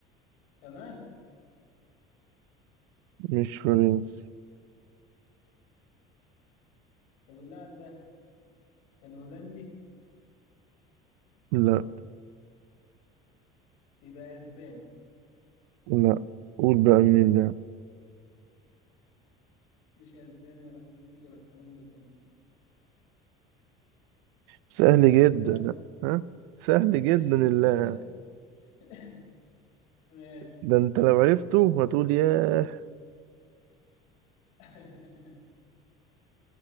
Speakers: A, on the left; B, on the right.
A: كمان
B: مش فرنسي
A: طب اللاعب ده كان هولندي
B: لا
A: يبقى اسباني
B: لا قول بقى مين اللاعب
A: مش اسباني ولا فرنسي ولا الكلام ده كله
B: سهل جدا
A: لا
B: لا ها سهل
A: كان <laughs>
B: جدا
A: كان كان
B: اللاعب
A: واحد أس- <laughs> ماشي
B: ده انت لو عرفته هتقول ياه
A: <laughs>